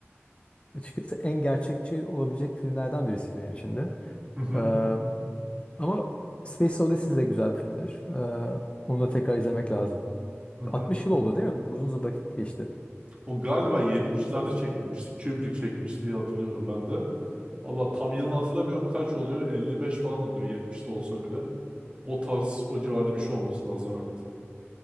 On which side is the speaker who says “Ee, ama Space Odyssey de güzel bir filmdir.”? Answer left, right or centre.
Left